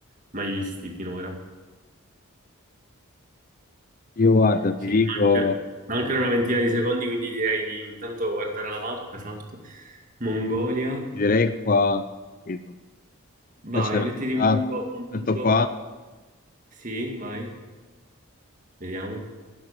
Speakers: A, on the right; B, on the left.
A: mai visti finora.
B: Io guarda,
A: Sì,
B: ti dico,
A: anche, anche una ventina di secondi, quindi direi di intanto guardare la mappa, esatto. Mongolia.
B: ti direi qua, tipo, qua
A: Vai,
B: c'è una
A: mettiti
B: città,
A: un punto, un punto.
B: metto qua,
A: Sì, vai, vediamo.